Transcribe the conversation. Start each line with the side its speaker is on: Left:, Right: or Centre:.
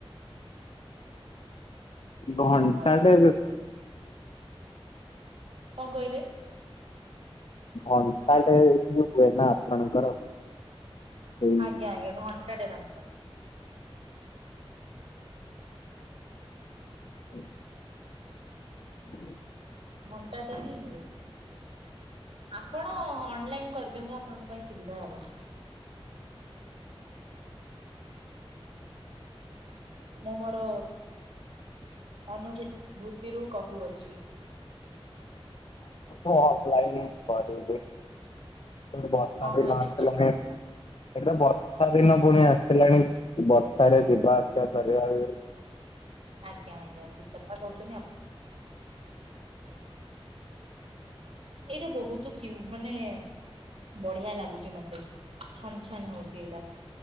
Left: ଘଣ୍ଟାଟେ
Right: କଣ କହିଲେ?
Left: ଘଣ୍ଟା ଟେ ଏଠି ହୁଏ ନା ଆପଣଙ୍କର ସେଇ
Right: ଆଜ୍ଞା ଆଜ୍ଞା ଘଣ୍ଟାଟେ ମାତ୍ର,
Left: ହଁ ହୁଁ
Right: ଘଣ୍ଟାଟେ ହିଁ ହୁଏ ଆପଣ ଆପଣ ଅନଲାଇନ କରିଦିଅନ୍ତୁ ଆପଣଙ୍କ ପାଇଁ ସୁବିଧା ହେବ। ମୁଁ ମୋର ଅନୁଭୂତିରୁ କହୁଅଛି।
Left: ହଁ ଲାଇନ ବେଶ ବହୁତ ସାରେ
Right: କଣ କହିଲେ
Left: ଲ ଫ <unintelligible> ଏଟା ବର୍ଷା ଦିନ ପୁଣି ଆସିଲାଣି ବର୍ଷାରେ ଯିବା ଆସିବା ପରରିବା।
Right: ଆଜ୍ଞା ଆଜ୍ଞା ଠିକ କଥା କହୁଛନ୍ତି ଆପଣ ଏଇଟା ବହୁତ କି ମାନେ ବଢିଆ ଲାଗୁଛି ମତେ ଛନ ଛନ ହଉଛି ଏଇଟା